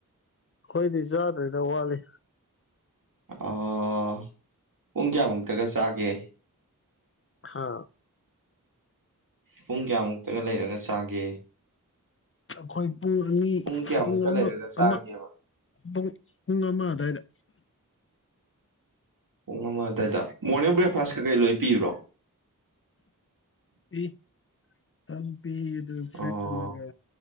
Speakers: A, on the left (about 40°); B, on the right (about 75°).
A: ꯈꯣꯏꯗꯤ ꯆꯥꯗ꯭ꯔꯤꯗ ꯋꯥꯠꯂꯤ
B: ꯑꯥ ꯄꯨꯡ ꯀꯌꯥꯃꯨꯛꯇꯒ ꯆꯥꯒꯦ
A: ꯍꯥꯥ
B: ꯄꯨꯡ ꯀꯌꯥꯃꯨꯛꯇꯒ ꯂꯩꯔꯒ ꯆꯥꯒꯦ
A: ꯑꯈꯣꯏ ꯄꯨꯡ ꯑꯅꯤ
B: ꯀꯌꯥꯃꯨꯛꯀ
A: ꯄꯨꯡ ꯑꯃ
B: ꯂꯩꯔꯒ ꯆꯥꯒꯦꯕ
A: ꯑꯃ ꯄꯨꯡ ꯄꯨꯡ ꯑꯃ ꯑꯗꯥꯏꯗ
B: ꯄꯨꯡ ꯑꯃ ꯑꯗꯥꯏꯗ ꯃꯣꯔꯅꯤꯡ ꯕ꯭ꯔꯦꯛꯐꯥꯁ ꯀꯀꯩ ꯂꯣꯏ ꯄꯤꯕ꯭ꯔꯣ
A: ꯄꯤ ꯇꯝ ꯄꯤ ꯗꯨ ꯕꯔ꯭ꯦꯗ
B: ꯑꯣ
A: ꯑꯃꯒ